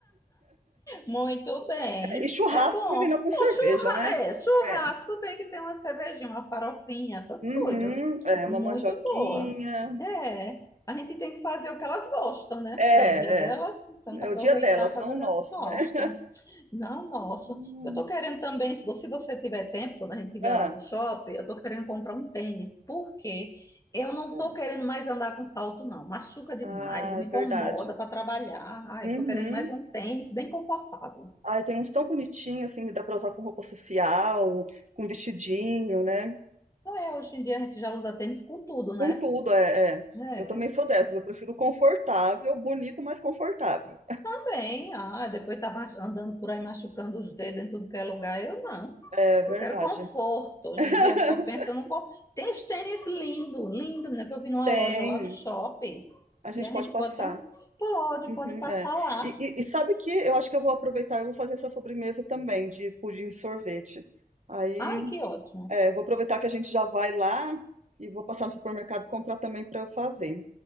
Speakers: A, on the left; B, on the right.
A: Muito bem,
B: É, e churrasco
A: é bom.
B: combina com cerveja,
A: O churra...
B: né?
A: é, churrasco
B: É.
A: tem que ter uma cervejinha, uma farofinha, essas
B: Uhum,
A: coisas.
B: é,
A: Muito
B: uma mandioquinha.
A: boa. É, a gente tem que fazer o que elas gostam, né?
B: É,
A: É o dia delas,
B: é.
A: então tem
B: É
A: que aproveitar
B: o dia delas,
A: e fazer
B: não o
A: o que
B: nosso,
A: elas gostam.
B: né?
A: Não, nossa.
B: Hum.
A: Eu tô querendo também, se você se você tiver tempo, quando a gente estiver
B: Ah,
A: lá no shopping, eu tô querendo comprar um tênis, porque eu não
B: é.
A: tô querendo mais andar com salto, não. Machuca demais
B: Ah,
A: e me
B: é verdade.
A: incomoda para trabalhar. Ai,
B: Uhum.
A: eu tô querendo mais um tênis bem confortável.
B: Ai, tem uns tão bonitinhos, assim, que dá pra usar com roupa social, com vestidinho, né?
A: Não é, hoje em dia a gente já usa tênis com tudo, né?
B: Com tudo, é, é.
A: É.
B: Eu também sou dessas, eu prefiro confortável, bonito, mas confortável.
A: Também, ah, depois tá mach- andando por aí machucando os dedos em tudo que é lugar, eu não.
B: É verdade.
A: Eu quero conforto. Hoje
B: <laughs>
A: em dia é só pensa no conforto. Tem os tênis lindo, lindo, menina, que eu vi numa
B: Tem,
A: loja lá no shopping.
B: A gente
A: E a
B: pode
A: gente
B: passar.
A: pode dar? Pode,
B: Uhum,
A: pode passar
B: é.
A: lá.
B: E, e- e sabe que eu acho que eu vou aproveitar, eu vou fazer essa sobremesa também de pudim de sorvete. Aí,
A: Ai, que ótimo.
B: é, vou aproveitar que a gente já vai lá e vou passar no supermercado e comprar também para eu fazer.